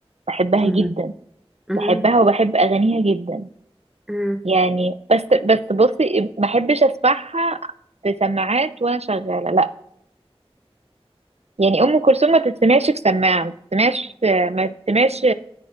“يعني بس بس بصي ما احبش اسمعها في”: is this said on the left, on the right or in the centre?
Right